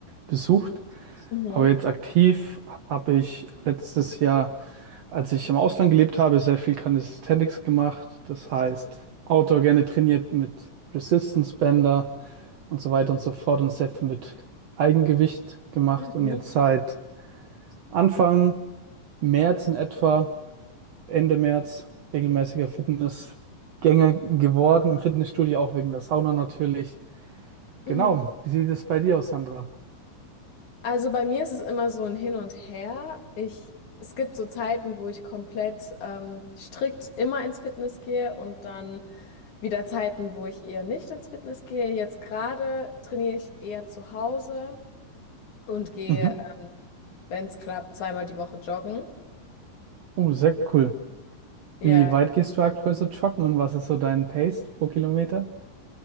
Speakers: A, on the right; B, on the left.
A: besucht.
B: mhm,
A: Aber jetzt aktiv habe ich letztes Jahr, als ich im Ausland gelebt habe, sehr viel Calisthenics gemacht. Das heißt, Outdoor gerne trainiert mit Resistance Bänder und so weiter und so fort und sehr viel mit Eigengewicht gemacht.
B: mhm,
A: Und jetzt seit Anfang März in etwa, Ende März, regelmäßiger Fitnessgänger geworden, im Fitnessstudio auch wegen der Sauna natürlich.
B: mhm.
A: Genau, wie sieht es bei dir aus, Sandra?
B: Also bei mir ist es immer so ein Hin und Her. Ich, es gibt so Zeiten, wo ich komplett ähm, strikt immer ins Fitness gehe und dann wieder Zeiten, wo ich eher nicht ins Fitness gehe. Jetzt gerade trainiere ich eher zu Hause und gehe,
A: Mhm.
B: ähm, wenn es klappt, zweimal die Woche joggen.
A: Oh, sehr cool.
B: Ja,
A: Wie weit gehst du aktuell so joggen und was ist so dein Pace pro Kilometer?